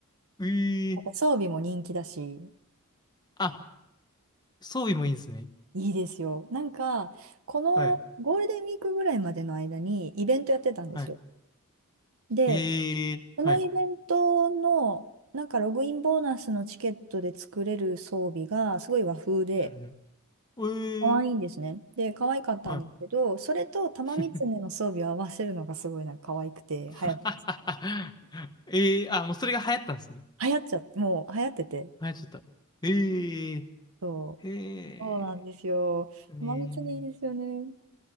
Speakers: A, on the left; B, on the right.
A: ええ
B: やっぱ装備も人気だし、
A: あ、装備もいいんですね。
B: いいですよ。なんか、このゴールデンウィークぐらいまでの間にイベントやってたんですよ。
A: はい。はい。
B: で、
A: ええはい。
B: このイベントの、なんかログインボーナスのチケットで作れる装備がすごい和風で、
A: うんうん。
B: 可愛いんですね。
A: ええ
B: で、可愛かったんですけど、
A: は
B: それと玉三つねの装備を合わせるのがすごいなんか可愛くて流行ってます。
A: い。<laughs> ええあ、もうそれが流行ったんですね。
B: 流行っちゃって、もう流行ってて。
A: 流行っちゃった。ええ
B: そう。
A: え
B: そうなんですよ。
A: えね
B: 玉三つねいいですよね。